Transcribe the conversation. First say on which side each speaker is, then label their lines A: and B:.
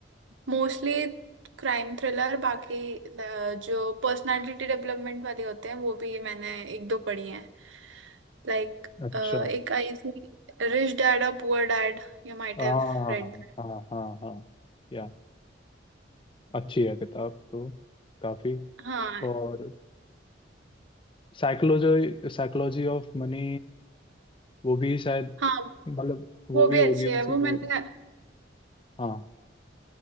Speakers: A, on the right; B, on the left.
A: मोस्टली क्राइम थ्रिलर बाकी अ, जो पर्सनालिटी डेवलपमेंट वाले होते हैं वो भी मैंने एक दो पढ़ी हैं लाइक
B: अच्छा
A: एक आई थी रिच डैड और poor dad you might
B: हाँ
A: have read
B: हाँ हाँ हाँ या अच्छी है किताब तो काफी
A: हाँ
B: और साइकोलॉजी साइकोलॉजी ऑफ मनी वो भी शायद
A: हाँ
B: मतलब वो
A: वो
B: भी
A: भी
B: होगी
A: अच्छी है
B: उसी
A: वो
B: की
A: मैंने
B: हाँ